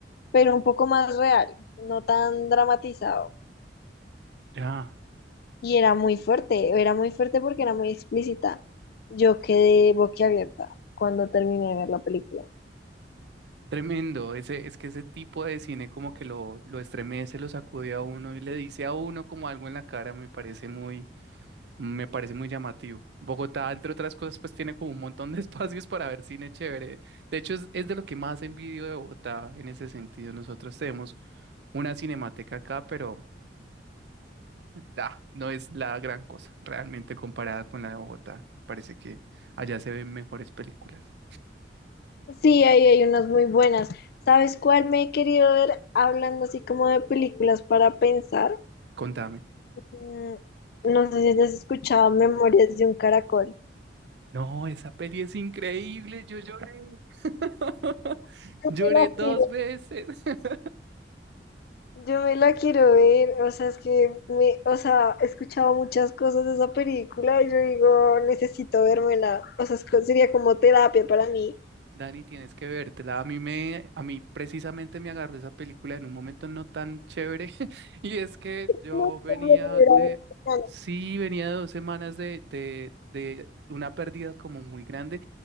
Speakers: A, on the left; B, on the right.
A: pero un poco más real, no tan dramatizado.
B: Ya,
A: Y era muy fuerte, era muy fuerte porque era muy explícita. Yo quedé boquiabierta cuando terminé de ver la película.
B: tremendo. Ese, es que ese tipo de cine como que lo, lo estremece, lo sacude a uno y le dice a uno como algo en la cara, me parece muy, me parece muy llamativo. Bogotá, entre otras cosas, pues tiene como un montón de <laughs> espacios para ver cine chévere. De hecho, es, es de lo que más envidio de Bogotá en ese sentido. Nosotros tenemos una cinemateca acá, pero ah, no es la gran cosa, realmente comparada con la de Bogotá. Parece que allá se ven mejores películas.
A: Sí, ahí hay unas muy buenas. ¿Sabes cuál me he querido ver hablando así como de películas para pensar?
B: Contame.
A: Mm, No sé si has escuchado Memorias de un Caracol.
B: No, esa peli es increíble, yo lloré. <laughs>
A: Yo
B: Lloré
A: me la
B: dos
A: quiero
B: veces. <laughs>
A: Yo me la quiero ver, o sea, es que me, o sea, he escuchado muchas cosas de esa película y yo digo, necesito vérmela, o sea, es co- sería como terapia para mí.
B: Dani, tienes que vértela. A mí me, a mí precisamente me agarró esa película en un momento no tan chévere. <laughs> Y es que yo
A: No,
B: venía
A: no me la verá
B: de,
A: en semana.
B: sí, venía de dos semanas de, de, de una pérdida como muy grande.